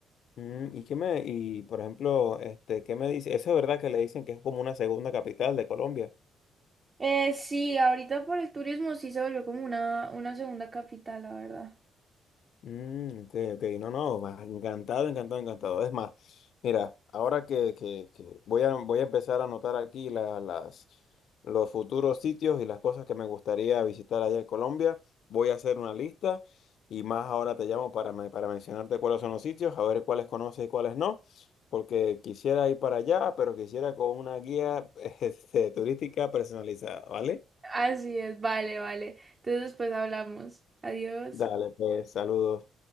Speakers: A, on the left; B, on the right.
A: Mm, ¿y qué me, y por ejemplo, este, qué me dice? Eso es verdad que le dicen que es como una segunda capital de Colombia.
B: Eh, sí, ahorita por el turismo sí se volvió como una, una segunda capital, la verdad.
A: Mm, ok, ok, no, no, ma- encantado, encantado, encantado. Es más, mira, ahora que, que- que voy a, voy a empezar a anotar aquí la- las, los futuros sitios y las cosas que me gustaría visitar allá en Colombia, voy a hacer una lista y más ahora te llamo para, me- para mencionarte cuáles son los sitios, a ver cuáles conoces y cuáles no, porque quisiera ir para allá, pero quisiera con una guía <laughs> este, turística personalizada, ¿vale?
B: Así es, vale, vale. Entonces después hablamos. Adiós.
A: Dale, pues, saludos.